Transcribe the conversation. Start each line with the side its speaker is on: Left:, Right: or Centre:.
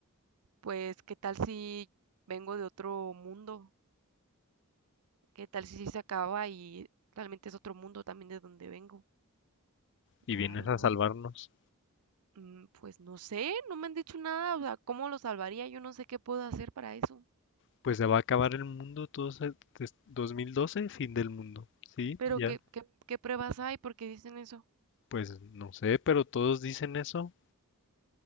Right: pues, ¿qué tal si vengo de otro mundo? ¿Qué tal si sí se acaba y realmente es otro mundo también de donde vengo?
Left: y vienes
Right: I don't
Left: a
Right: know.
Left: salvarnos.
Right: Mm, Pues no sé, no me han dicho nada, o sea, ¿cómo lo salvaría? Yo no sé qué puedo hacer para eso.
Left: Pues se va a acabar el mundo, todos, se- des- 2012, fin del mundo, ¿sí?
Right: Pero
Left: Ya,
Right: ¿qué, qué, qué pruebas hay? ¿Por qué dicen eso?
Left: pues no sé, pero todos dicen eso.